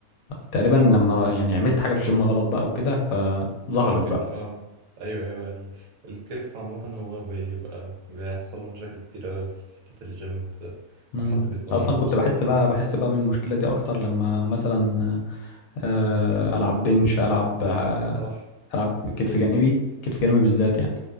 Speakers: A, on the left; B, on the right.
A: تقريبا لما يعني عملت حاجة في الجيم غلط بقى وكده فظهرت
B: ممكن
A: بقى
B: اه ايوه ايوه ال- الكتف عامة هو بيبقى بيحصل له مشاكل كتير اوي في حتة الجيم وكده
A: مم.
B: لو حد بيتمرن
A: أصلا كنت
B: مش
A: بحس
B: صح
A: بقى
B: يعني
A: بحس بقى بالمشكلة دي أكتر لما مثلا آه، العب بنش العب آه،
B: صح
A: العب كتف
B: ايوه
A: جانبي كتف جانبي بالذات يعني